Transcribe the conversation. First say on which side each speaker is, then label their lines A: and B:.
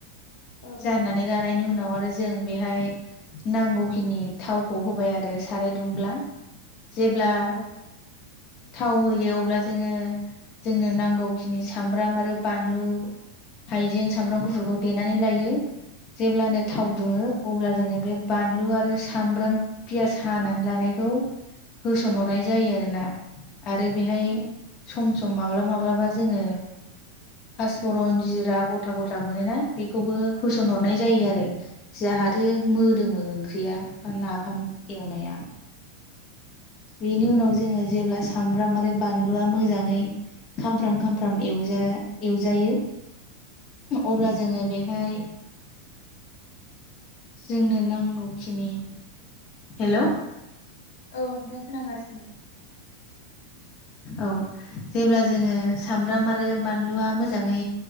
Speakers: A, on the left; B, on the left.
A: औ
B: जाननानै लानायनि उनाव आरो जों बेहाय नांगौखिनि थावखौ होबाय आरो साराय दुंब्ला जेब्ला
A: औ
B: थाव होयो अब्ला जोङो जोंनो नांगौखिनि सामब्राम आरो बानलु हाइजें सामब्राम गुफुरखौ देनानै लायो। जेब्लानो थाव दुङो अब्ला जोङो बे बानलु आरो सामब्राम पियास हानानै लानायखौ होसनहरनाय जायो आरोना। आरो बेहाय
A: औ
B: सम सम माब्लाबा माब्लाबा जोङो फासफरन जिरा गथा गथा मोनो ना बेखौबो होसनहरनाय जायो आरो जाहा थे मोदोमो ओंख्रिया। बा नाफाम एवनाया बेनि उनाव जोङो जेब्ला सामब्राम आरो बानलुआ मोजाङै खामफ्राम खामफ्राम एवजा-एवजायो
A: औ
B: अब्ला जोङो बेहाय जोंनो नांगौखिनि हेलौ
A: औ नोंथां खोनागासिनो।
B: औ जेब्ला जोङो सामब्राम आरो बानलुआ मोजाङै